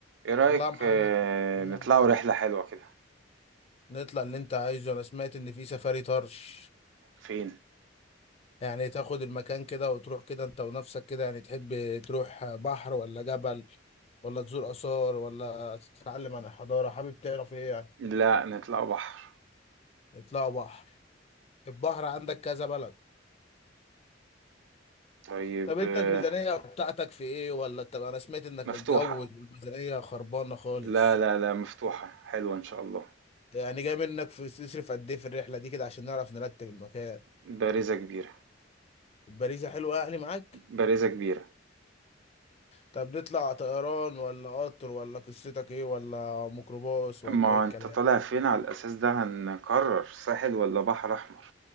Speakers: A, on the right; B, on the left.
A: ايه رأيك
B: والله يا محمد
A: آه،
B: ماشي
A: نطلعوا رحلة حلوة كده
B: نطلع اللي انت عايزه انا سمعت ان في سفاري طرش
A: فين
B: يعني تاخد المكان كده وتروح كده انت ونفسك كده يعني تحب تروح بحر ولا جبل ولا تزور آثار ولا تتعلم عن الحضارة حابب تعرف ايه يعني
A: لا نطلعوا بحر
B: اطلعوا بحر البحر عندك كذا بلد
A: طيب
B: طب انت
A: آه،
B: الميزانية بتاعتك في ايه ولا طب انا سمعت انك
A: مفتوحة
B: متجوز والميزانية خربانة خالص
A: لا لا لا مفتوحة حلوة ان شاء الله
B: يعني جاي منك في تصرف قد ايه في الرحلة دي كده عشان نعرف نرتب المكان
A: بارزة كبيرة
B: البريزة حلوة يعني معاك
A: بارزة كبيرة
B: طب نطلع طيران ولا قطر ولا قصتك ايه ولا ميكروباص ولا
A: ما
B: ايه الكلام
A: انت طالع فين على الاساس ده هنقرر ساحل ولا بحر احمر